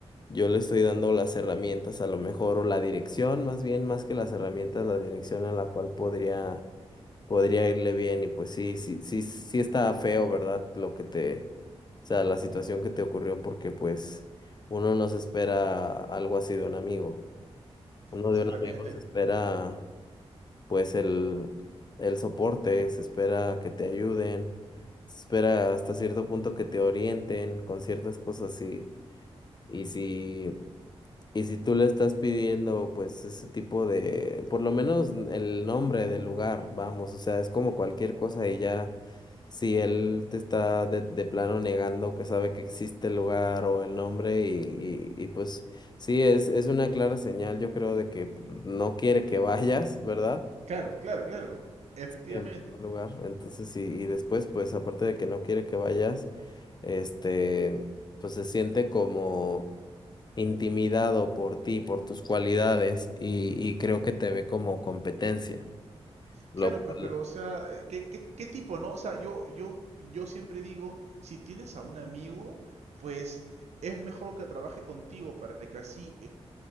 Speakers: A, on the left; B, on the right.
A: yo le estoy dando las herramientas a lo mejor o la dirección, más bien, más que las herramientas, la dirección en la cual podría podría irle bien y pues sí, sí, sí, sí está feo, ¿verdad? Lo que te, o sea, la situación que te ocurrió porque pues uno no se espera algo así de un amigo. Uno
B: Exactamente.
A: de un amigo se espera pues el, el soporte, se espera que te ayuden, se espera hasta cierto punto que te orienten con ciertas cosas y, y si, y si tú le estás pidiendo pues ese tipo de, por lo menos el nombre del lugar, vamos, o sea, es como cualquier cosa y ya. Si él te está de, de plano negando que sabe que existe el lugar o el nombre y, y, y pues sí, es, es una clara señal yo creo de que pues, no quiere que vayas, <laughs> ¿verdad?
B: Claro, claro, claro, efectivamente.
A: y en primer lugar. Entonces, y, y después, pues aparte de que no quiere que vayas, este, pues se siente como intimidado por ti, por tus cualidades, y, y creo que te ve como competencia. Lo
B: Claro,
A: cual,
B: pues, pero, o sea, eh, ¿qué, qué, qué tipo, no? O sea, yo, yo, yo siempre digo, si tienes a un amigo, pues es mejor que trabaje contigo para que así